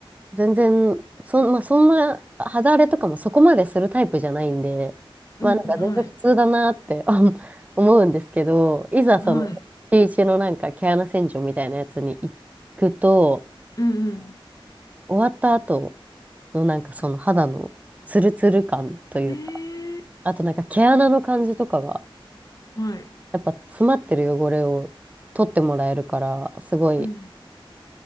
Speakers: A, on the right; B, on the left.
A: 全然、そん、まあ、そんな肌荒れとかもそこまでするタイプじゃないんで、まあなんか全然普通だなってあ
B: うん、はい、
A: <laughs> 思うんですけど、いざその月一のなんか毛穴洗浄みたいなやつに行くと、
B: はい、うん、うん。
A: 終わった後のなんかその肌のツルツル感というか、
B: ええ
A: あとなんか毛穴の感じとかが、
B: はい、
A: やっぱ詰まってる汚れを取ってもらえるから、すごい、
B: うん、